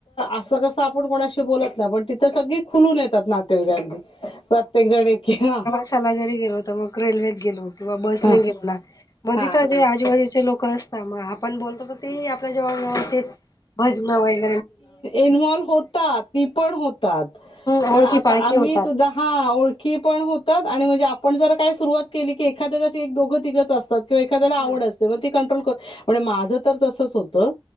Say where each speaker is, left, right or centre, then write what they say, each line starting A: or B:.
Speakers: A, on the left (about 75°); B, on the left (about 40°).
A: असं कसं आपण कोणाशी बोलत नाही पण तिथं सगळी खुलून येतात नातेवाकांनी. प्रत्येक जण क ह
B: सला जरी गेलो होत मग रेल्वेत गेलो किंवा बसने
A: हा
B: गेला म्हणजे
A: हा
B: जे आजूबाजूचे लोक असतात मग आपण बोलतो तर ते ेव भजन व <inaudible>
A: इनव्हल्व होतात ती पण होतात
B: ओळखी
A: कारण आता
B: पाळखी
A: आम्ही
B: होतात.
A: दहा ओळखी पण होतात. आणि म्हणजे आपण जरा काय सुरवात केली की एखाद्या कशी एक दोघ तघंच असतात कं एखाद्याला आवड
B: हम्म
A: असते. कंट्रोल करण माझं तर तसच होतं